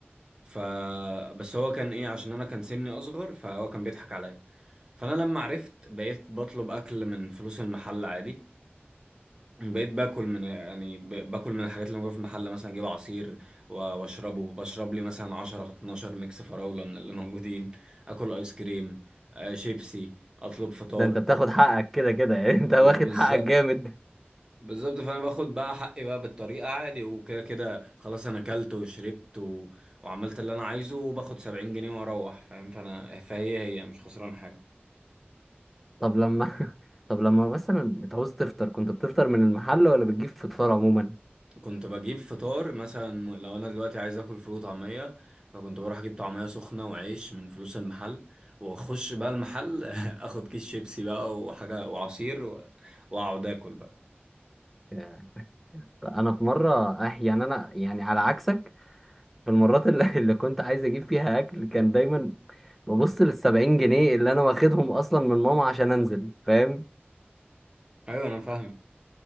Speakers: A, on the right; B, in the centre.
A: ف بس هو كان ايه عشان انا كان سني اصغر فهو كان بيضحك عليا فانا لما عرفت بقيت بطلب اكل من فلوس المحل عادي بقيت باكل من يعني ب- باكل من الحاجات اللي موجوده في المحل مثلا اجيب عصير و- واشربه بشرب لي مثلا 10 12 ميكس فراوله من اللي موجودين اكل ايس كريم آه، شيبسي اطلب فطار
B: ده انت بتاخد حقك كده كده يعني انت واخد
A: ما بالظبط
B: حقك جامد
A: بالظبط فانا باخد بقى حقي بقى بالطريقه عادي وكده كده خلاص انا اكلت وشربت و... وعملت اللي انا عايزه وباخد 70 جنيه واروح فاهم فانا فهي هي مش خسران حاجه
B: طب لما <laughs> طب لما مثلا بتعوز تفطر كنت بتفطر من المحل ولا بتجيب فطار عموما
A: كنت بجيب فطار مثلا لو انا دلوقتي عايز اكل فول وطعميه فكنت بروح اجيب طعميه سخنه وعيش من فلوس المحل واخش بقى المحل <laughs> اخد كيس شيبسي بقى وحاجه وعصير و... واقعد اكل بقى
B: ياه. انا في مرة اه يعني انا يعني على عكسك في المرات اللي, <laughs> اللي كنت عايز اجيب فيها اكل كان دايما ببص للسبعين جنيه اللي انا واخدهم اصلا من ماما عشان انزل فاهم
A: ايوه انا فاهمك